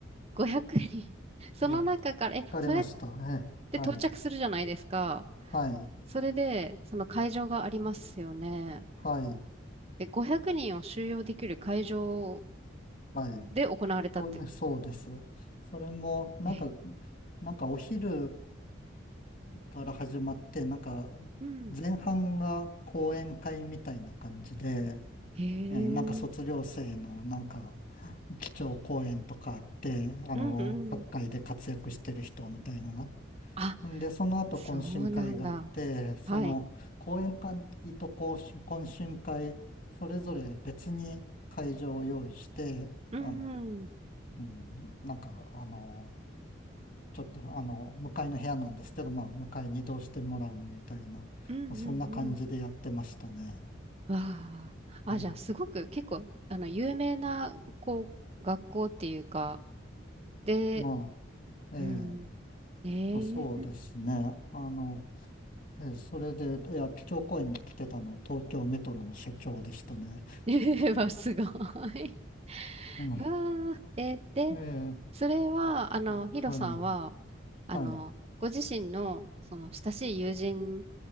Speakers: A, on the right; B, on the left.
A: 500人。<laughs> その中から、
B: いや、
A: え、
B: 疲れましたね。
A: それって到着するじゃないですか。
B: はい。はい。
A: それで、その会場がありますよね。
B: はい。
A: で、500人を収容できる会場
B: はい。
A: で行われたって。
B: これね、そうです。それも、なんか、
A: え、
B: なんかお昼から始まって、なんか、
A: うん。
B: 前半が講演会みたいな感じで、
A: へえ。
B: えーなんか卒業生のなんか、基調講演とかあって、あの、
A: うんうん。
B: 各界で活躍してる人みたいな。
A: あ、
B: んで、その後懇親会があって、
A: そうなんだ。
B: その講演会と懇親懇親会、
A: はい。
B: それぞれ別に会場を用意して、
A: うんうん。
B: あの、うん、なんか、あの、ちょっとあの、向かいの部屋なんですけど、まあ、向かいに移動してもらうみたいな、まあそんな感じでやってましたね。
A: うんうんうん。わあ。あ、
B: いや、
A: じゃあ、すごく結構、あの、有名な、こう、学校っていうか、で、
B: まあ、ええ、
A: うん。え
B: まあ、そうですね。あの、ええ、それで、いや、基調講演に来てたの、東京メトロの社長でしたね。
A: え <laughs> はすごい。<laughs>
B: うん。
A: うわーえ、で、
B: ええ、
A: それは、あの、
B: はい、
A: ヒロさんは、あの、
B: はい。
A: ご自身の、その、親しい友人